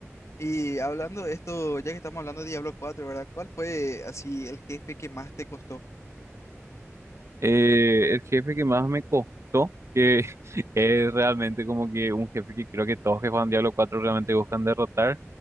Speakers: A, on the left; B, on the right.
A: Y hablando de esto, ya que estamos hablando de Diablo cuatro ¿verdad? ¿Cuál fue así el jefe que más te costó?
B: Eh, el jefe que más me costó, que <laughs> es realmente como que un jefe que creo que todos que juegan Diablo cuatro realmente buscan derrotar,